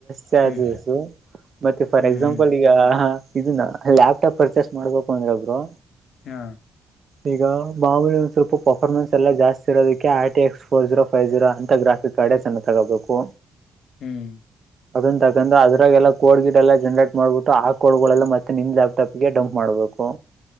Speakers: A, on the right; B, on the left.
A: ಚಾರ್ಜಸ
B: ಹ್ಮ್
A: ಮತ್ತೆ ಫಾರ್
B: ಹ್ಮ್
A: ಎಕ್ಸಾಂಪಲ್
B: ಹ್ಮ್
A: ಈಗ ಇದನ್ನ ಲ್ಯಾಪ್ಟಾಪ್ ಪರ್ಚೇಸ್ ಮಾಡ್ಬೇಕು ಅಂದ್ರೆ ಒಬ್ರು
B: ಹಾ
A: ಈಗ ಮಾಮೂಲಿ ಒಂದು ಸ್ವಲ್ಪ ಪರ್ಫಾರೆನ್ಸ್ ಎಲ್ಲ ಜಾಸ್ತಿ ಇರೋದಕ್ಕೆ ಟಿ ಎಕ್ಸ್ಫೋರ್ ಜೀರೋ ಫೈವ ರ ಅಂತ ಗ್ರಾಫಿಸ್ ಕಡೆ ಚೆನ್ನ ತಗೋಬೇಕು
B: ಹ್ಮ್
A: ಅದಂತ ತಕಂದ ಅದ್ರಾಗೆಲ್ಲ ಕೋಡ್ ಗಿಟ್ ಎಲ್ಲ ಜನ್ರೇಟ್ ಮಾಡ್ಬಿಟ್ಟು ಆ ಕೋಡ್ಗಳೆಲ್ಲ ಮತ್ತೆ ನಿಮ್ ಲ್ಟಟಾ ಗೆ ಡಂಪ್ ಮಾಡ್ಬೇಕು